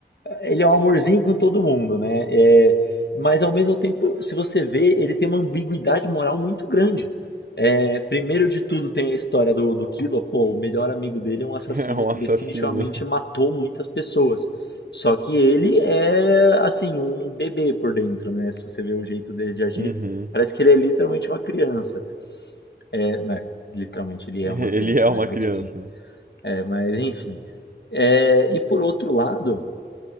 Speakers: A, on the left; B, on the right.
A: ele é um amorzinho com todo mundo, né? É, mas ao mesmo tempo, se você vê, ele tem uma ambiguidade moral muito grande. É, primeiro de tudo tem a história do, do Killua, pô, o melhor amigo dele é um assassino
B: É um
A: que
B: assassino.
A: definitivamente matou muitas pessoas. Só que ele é, assim, um bebê por dentro, né? Se você vê o jeito dele de agir,
B: <laughs> Uhum.
A: parece que ele é literalmente uma criança. É, né, literalmente ele
B: Ele
A: é uma criança,
B: é uma
A: né? Mas
B: criança.
A: enfim. É, mas enfim. É, e por outro lado,